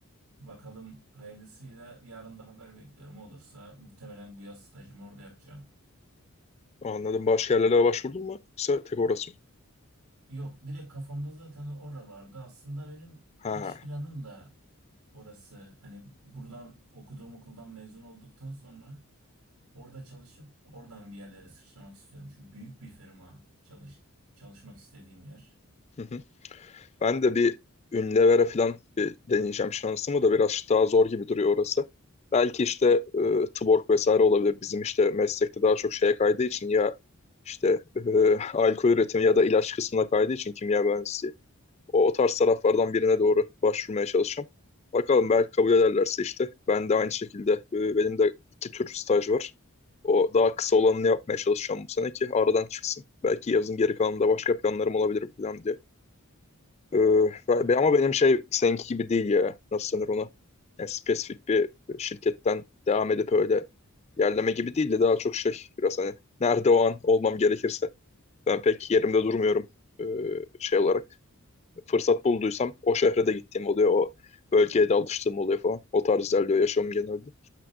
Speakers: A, on the right; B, on the left.
A: Bakalım hayırlısıyla yarın da haber bekliyorum. Olursa muhtemelen bu yaz stajımı orada yapacağım.
B: Anladım. Başka yerlere başvurdun mu? Yoksa tek orası mı?
A: Yok, direkt kafamda zaten ora vardı. Aslında benim
B: Ha.
A: iş planım da orası. Hani buradan okuduğum okuldan mezun olduktan sonra orada çalışıp oradan bir yerlere sıçramak istiyorum. Çünkü büyük bir firma çalış, çalışmak istediğim yer.
B: <laughs> Ben de bir Unilever'e falan bir deneyeceğim şansımı da biraz daha zor gibi duruyor orası. Belki işte e, Tuborg vesaire olabilir. Bizim işte meslekte daha çok şeye kaydığı için ya işte e, alkol üretimi ya da ilaç kısmına kaydığı için kimya mühendisliği. O, o tarz taraflardan birine doğru başvurmaya çalışacağım. Bakalım belki kabul ederlerse işte ben de aynı şekilde e, benim de iki tür staj var. O daha kısa olanını yapmaya çalışacağım bu sene ki aradan çıksın. Belki yazın geri kalanında başka planlarım olabilir bu plan diye. Ee,
A: Evet.
B: ve- ama benim şey seninki gibi değil ya. Nasıl denir ona? Yani spesifik bir şirketten devam edip öyle yerleme gibi değil de daha çok şey biraz hani nerede o an olmam gerekirse. Ben pek yerimde durmuyorum ee, şey olarak. Fırsat bulduysam o şehre de gittiğim oluyor. O bölgeye de alıştığım oluyor falan. O tarz ilerliyor yaşamım genelde.